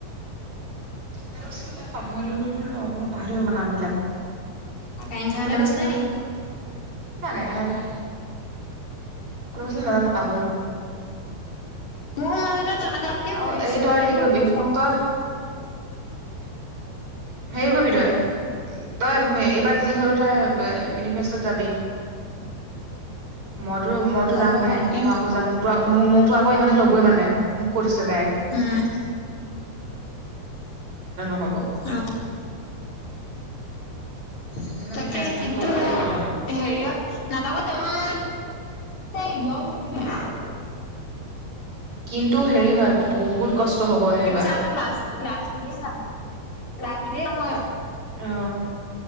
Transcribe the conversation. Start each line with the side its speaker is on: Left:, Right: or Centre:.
Right: কৈছিলে। পাহৰিলো নহয় ৰহ মই পাহৰি গলো মানে নামবিলাক
Left: আকাইংখাহঁতে
Right: কোনে কৈছিলে জানো
Left: নি?
Right: কেনে কৈ। কি কৈছে নাজানো পাহৰিলো।
Left: মই মাজতে তেনেকোৱা বুলিয়ে
Right: অ
Left: ভাবিছিলো।
Right: এই তই
Left: কিন্তু
Right: হেৰি কৰিবি
Left: কনফ্ৰম।
Right: তই হেৰি কৰিবি তই। তই এইবাৰ যি হলো তই ইউনিভেষ্টত যাবি। <unintelligible> মইতো মইতো
Left: যাব
Right: যাম ভাই।
Left: পতাকে
Right: মই আকৌ যাম মোকটো মোকটো আকৌ ইহতে লবই। মানে মোক কই থৈছে।
Left: উম
Right: <unintelligible>
Left: অহ।
Right: সেইকাৰণে
Left: তাকে
Right: মানে নেচনেল পোৱাবগে
Left: কিন্তু
Right: লাগিব আৰু
Left: হেৰিয়ত নাটকত আমাৰ। সাই ব <unintelligible>
Right: কিন্তু হেৰি হয় বহুত। কষ্ট হ'ব
Left: <unintelligible>
Right: যেনিবা অ